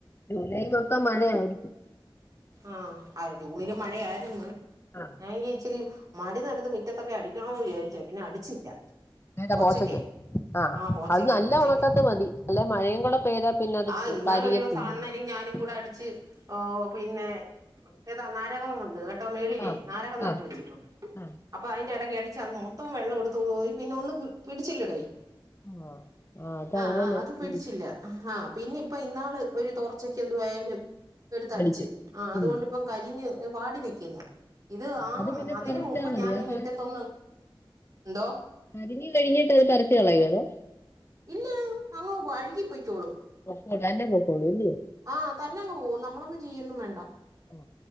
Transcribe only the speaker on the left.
ജൂലൈ മൊത്തം മഴയായിരിക്കും
ആ
<unintelligible>
പോച്ചക്ക് ആ
അത് നല്ല
ഉണക്കത്ത് മതി അല്ലെ മഴയും കൂടെ പെയ്താ പിന്നെ അത്
കരിയത്തും
ഇല്ല
ആഹ്
ആഹ്
ആഹ്
ആഹ് ആഹ് അതങ്ങനെ
ഉം
പഠിച്ചു
ഉം
അത് പിന്നെ
പറിച്ചാ
മതി
അത്
അരിഞ്ഞ് കഴിഞ്ഞിട്ട് അത് പറിച്ച് കളയൂവോ അതോ
<unintelligible> തന്നെ പോയ്ക്കോളും അല്ലയൊ
ഓ